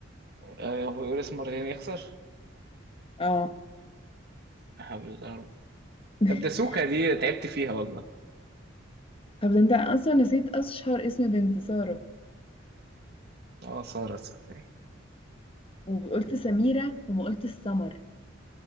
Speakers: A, on the right (about 55°); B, on the left (about 30°).
A: آه، هو يقول اسم مرتين يخسر
B: اه
A: لا حول الله
B: <laughs>
A: طب ده سوكا دي تعبت فيها والله
B: طب ده انت أصلا نسيت أشهر اسم بنت سارة
A: اه سارة صدقني
B: وقلت سميرة وما قلت السمر